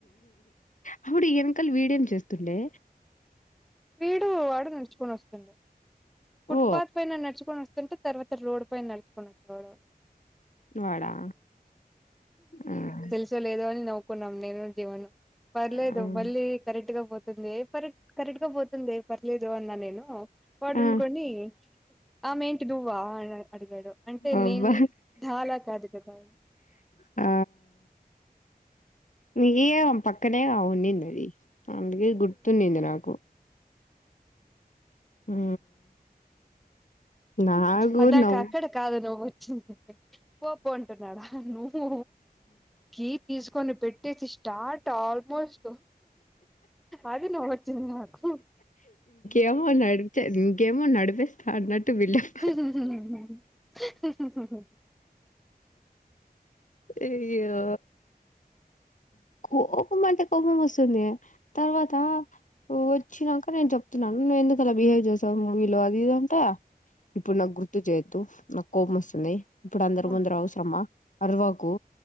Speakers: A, on the left; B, in the centre.
A: అప్పుడు ఎనకల్ వీడేం చేస్తుండే
B: వీడు వాడు నడ్చుకొని వస్తుండే ఫుట్
A: ఓ
B: పాత్ పైన నడ్చుకొని ఒస్తుంటే, తర్వాత రోడ్ పైన నడ్చుకొని ఒచ్చేవాడు
A: వాడా ఆహ్
B: అంత లేదు అని నవ్వుకున్నాం నేను, జీవను. పర్లేదు
A: ఆ
B: మళ్ళీ కరెక్ట్ గా పోతుందే, కరెక్ట్ కరెక్ట్గా పోతుందే పర్లేదు అన్నా నేను, వాడున్
A: ఆ
B: కొని ఆమె ఏంటి నువ్వా అని అడ్ అడిగాడు, అంటే
A: అబ్బా
B: నేని ధాలా కాదు గదా.
A: ఆ నీ ఇయోమ్ పక్కనేగా ఉన్నింది అది, అందుకే గుర్తున్నింది నాకు. ఉ నాగు
B: అదాక
A: నవ్
B: అక్కడ కాదు నవ్వు వచ్చింది పో పో అంటున్నాడా నువ్వు కి తీసుకొని పెట్టేసి స్టార్ట్ ఆల్మోస్ట్ అది నవ్వు వచ్చింది నాకు
A: ఏమో నడిపే ఇంకేమో నడిపేస్తా అన్నట్టు బిల్డప్
B: హుహు హుహు
A: అయ్యో కోపం అంటే కోపం వస్తుంది మే తర్వాత వోచ్చినంక నేను చెప్తున్నాను నేను ఎందుకు అలా బిహేవ్ చేశావు మూవీలో అది ఇది అంట ఇప్పుడు నాకు గుర్తు చెయ్యొద్దు నాకు కోపం వస్తుంది ఇప్పుడు అందరు
B: ఆ
A: ముందర అవసరమా అర్ వాకు